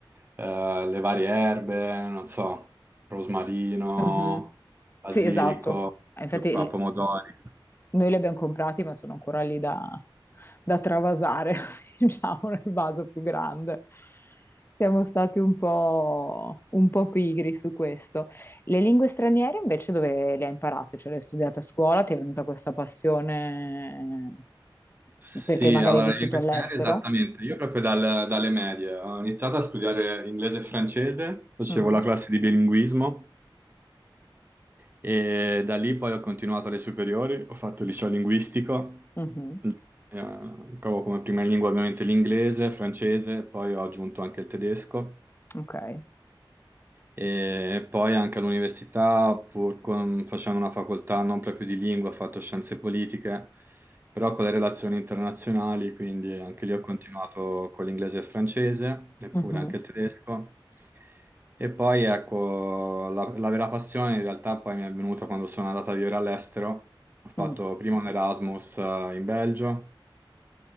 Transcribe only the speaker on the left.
Mhm.
Sì, esatto. Infatti
Noi li abbiamo comprati, ma sono ancora lì da, da travasare, <laughs> diciamo, nel vaso più grande. Siamo stati un po', un po' pigri su questo. Le lingue straniere invece dove le hai imparate? Cioè le hai studiate a scuola? Ti è venuta questa passione
perché magari
hai vissuto
all'estero?
Mm,
mhm,
Ok.
Mhm,
mm,